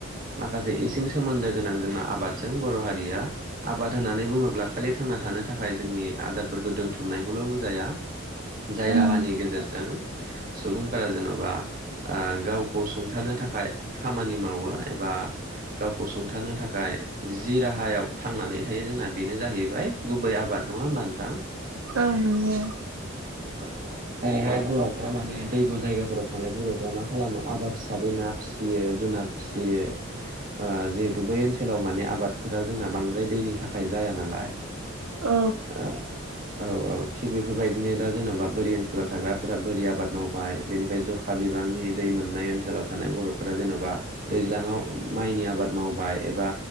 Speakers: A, on the right (about 40°); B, on the right (about 75°).
A: माखासे इसिं सोमोन्दो गोनां जोंहा आबादजों बर' हारिया आबाद होननानै बुंङोब्ला खालि थांना था थानो थाखाय जोंनि आदारफोरखौ दोनथुमनायखौल' बुजाया। जाय
B: ओम
A: राहानि गेजेरजों सुबुंफोरा जेन'बा ओ गावखौ सुं थानो थाखाय खामानि मावो एबा गावखौ सुंथानो थाखाय जि राहायाव थांनानै थायो जोंना बेनो जाहैबाय गुबै आबाद। नङा होमबा नोंथां?
B: औ नोंगौ।
A: ओ ओ जेरैहाय बर'फ्रा माने दैब' जायगाफोराव थानाय बर'फ्रा मा खालामो आबाद हिसाबै ना फिसियो जुनाद फिसियो ओ जिहेतु बै ओनसोलाव माने आबादफोरा जों जोंना बांद्राय दैनि थाखाय जाया नालाय
B: औ
A: ओ औ औ थिग बेफोरबायदिनो दा जेन'बा बोरि ओनसोलाव थाग्राफोरा बोरि आबाद मावबाय बेनिफ्राय जखा बिबांनि दै मोननाय ओनसोलाव थानाय बर'फोरा जेन'बा दैज्लाङाव माइनि आबाद मावबाय एबा